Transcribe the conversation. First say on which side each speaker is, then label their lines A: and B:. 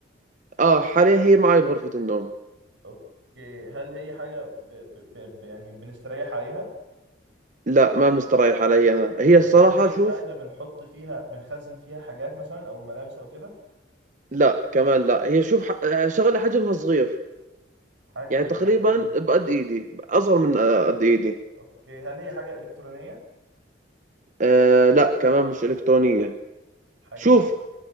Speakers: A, on the right (about 40°); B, on the right (about 80°).
A: اه حاليا هي معي بغرفة النوم
B: اوكي هل هي حاجه ب... ب... ب... ب... يعني بنستريح عليها
A: لا ما مستريح عليها هي
B: طيب
A: الصراحة
B: هل هي
A: شوف
B: حاجه بنحط فيها بنخزن فيها حاجات مثلا او ملابس او كده
A: لا كمان لا هي شوف ح- شغلة حجمها صغير
B: حاجه
A: يعني
B: حجمها
A: تقريبا
B: كبير
A: بقد ايدي اصغر من آه، قد ايدي
B: اوكي هل هي حاجه الكترونيه
A: آه لا كمان مش الكترونية
B: حاجه
A: شوف
B: مش